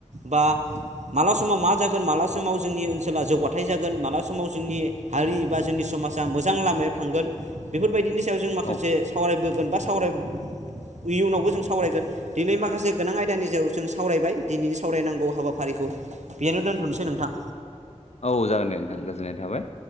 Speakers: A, on the right (about 75°); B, on the left (about 65°).
A: बा माला समाव मा जागोन माला समाव जोंनि ओनसोला जौगाथाय जागोन माला समाव जोंनि हारि बा जोंनि समाजा मोजां लामायाव थांगोन बेफोरबायदिनो सायाव जों माखासे
B: औ
A: सावरायबोगोन। सावराय इयुनावबो जों सावरायगोन दिनै माखासे गोनां आयदानि सायाव जों सावरायबाय दिनैनि सावरायनांगौ हाबाफारिखौ बेयनो दोनथ'नोसै नोंथां
B: औ जागोन दे नोंथां गोजोननाय थाबाय।